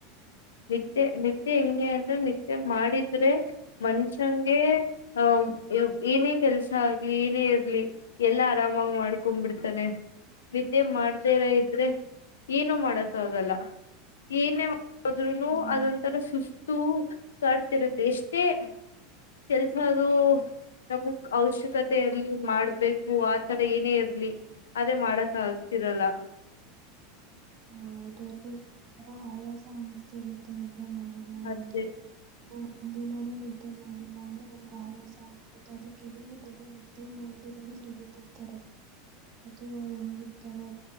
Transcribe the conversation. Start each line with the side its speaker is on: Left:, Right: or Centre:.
Left: ನಿತ್ಯ ನಿತ್ಯ ನಿತ್ಯ ಮಾಡಿದ್ರೆ ಮನ್ಷ ಂಗೆ ಆ ಏನೇ ಕೆಲ್ಸ ಆಗ್ಲಿ ಏನೇ ಇರ್ಲಿ ಎಲ್ಲಾ ಆರಾಮಾಗಿ ಮಾಡ್ ಕೊಂಡ್ಬಿಡ್ತಾನೆ ನತ್ಯೆ ಮಾಡದೇ ಇರ ಇದ್ರೆ ಏನು ಮಾಡಸ ಆಗಲ್ಲ ಏನೇ ಹದ್ೂನು
Right: ಹಾ
Left: ಅದೊಂಂತರ ಸುಸ್ತ ಕಾಡ್ತಿರುತ್ತೆ ಎಷ್ಟೇ ಕೆಲ್ಸದು ನಮ ಅವಶ್ಯಕತೆಯಲ್ಲಿ ಮಾಡ್ಬೇಕು ಆತರ ಏನೇ ಇ ಇ ಅದೇ ಮಾಡಕ್ಕ ಆಾಗತಿರಲ್ಲ
Right: ಹ ಹೌದುರ್ ಆಯಾಸ ಅನ್ನಿಸತಿ ಇರುತ್ತೆ ನಿಮಗೆ ಅ ಮಾಡಿಲ್ಲ
Left: ಅದೇ
Right: ಅಂದ್ರೆ ಹ ದಿನಾನೇ ನಿದ್ದೆ ಮಾಡಿಲ್ಲ ಅಂದ್ರೆ ನಮ್ಗೆ ಆಯಾಸ ಆಗರು ತಾಜೆ ಕೆಡವರು ದಿನ ನಿದ್ದೆ ಮಾಡ್್ದರನೆೇ ದುಡಿಯತಿಿರ್ತಾರೆ ಅದು ಹೆಂಗಿರ್ತಾರೋ